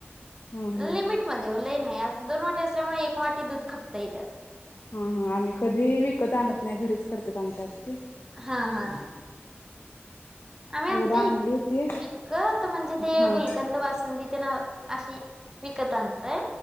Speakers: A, on the left; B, on the right.
A: हम्म हम्.
B: लिमिट मध्ये ओ लई नाही अस दोन वाटी असल्यामुळे एक वाटी दूध खपतई त्यात.
A: हा हां आम्ही कधी विकत आणत नाय घरीच करत आमच्यात ते.
B: हा हा. आम्ही आणतय
A: एकदा आणली होती
B: विकत म्हणजे ते
A: हा
B: गुलकंद बासुंदी <unintelligible> अशी विकत आणतय?